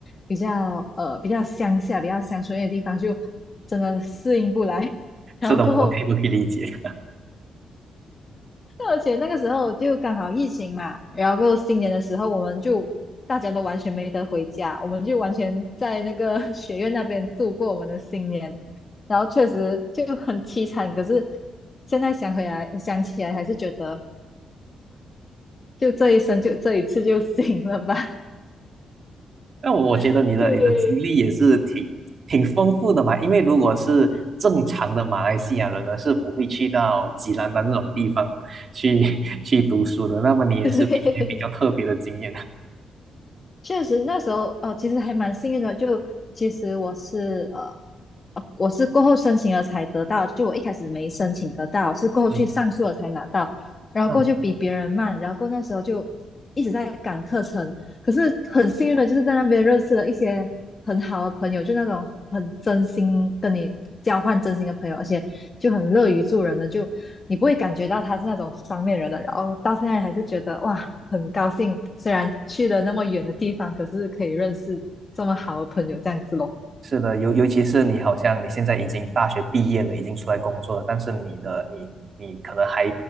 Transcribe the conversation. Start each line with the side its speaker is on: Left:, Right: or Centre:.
Left: 比较呃比较乡下、比较乡村的地方，就真的适应不来，<laughs> 然后过后。
Right: 是的，我我可以我可以理解。
Left: 而且那个时候就刚好疫情嘛，然后新年的时候我们就大家都完全没得回家，我们就完全在那个 <laughs> 学院那边度过我们的新年，然后确实就很凄惨。可是现在想回来，想起来还是觉得，就这一生就这一次就 <laughs> 行了吧。
Right: 那我我觉得你的你的经历也是挺挺丰富的嘛，
Left: <laughs> 对，
Right: 因为如果是正常的马来西亚人呢，是不会去到吉兰丹这种地方去 <laughs> 去读书的。那么你也是有一些比较特别的经验的。
Left: 对，<laughs> 确实那时候哦，其实还蛮幸运的。就其实我是呃呃我是过后申请了才得到，就我一开始没申请得到，是过后去上诉了才拿到，
Right: <laughs> 嗯
Left: 然后过后就比别人慢，
Right: 嗯，
Left: 然后过后那时候就一直在赶课程，可是很幸运的就是在那边认识了一些很好的朋友，就那种很真心跟你交换真心的朋友，而且就很乐于助人的，就你不会感觉到他是那种双面人的，然后到现在还是觉得哇，很高兴，虽然去了那么远的地方，可是可以认识这么好的朋友这样子咯。
Right: 是的，尤尤其是你好像你现在已经大学毕业了，已经出来工作了，但是你的你你可能还